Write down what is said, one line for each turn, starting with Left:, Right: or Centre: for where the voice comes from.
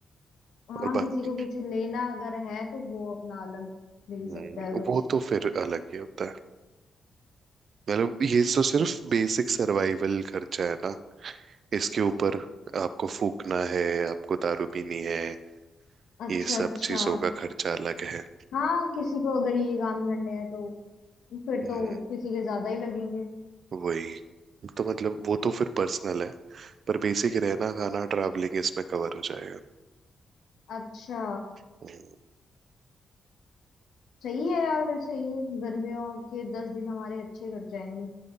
Left: हाँ
Right: और बाकी
Left: किसी को कुछ लेना अगर है तो वो अपना अलग ले
Right: हम्म
Left: सकता है कुछ
Right: वो तो फिर अलग ही होता है मतलब ये तो सिर्फ
Left: अच्छा
Right: बेसिक सर्वाइवल खर्चा है ना इसके ऊपर आपको फूकना है आपको दारू पीनी है
Left: अच्छा
Right: ये सब
Left: अच्छा
Right: चीजों का खर्चा अलग है
Left: हाँ किसी को अगर ये काम करने हैं तो फिर
Right: हम्म,
Left: तो किसी के ज्यादा ही लगेंगे
Right: वही तो मतलब वो तो फिर पर्सनल है पर बेसिक रहना खाना ट्रैवलिंग इसमें कवर हो जाएगा
Left: अच्छा
Right: हम्म,
Left: सही है यार वैसे ये गर्मियों के दस दिन हमारे अच्छे कट जाएंगे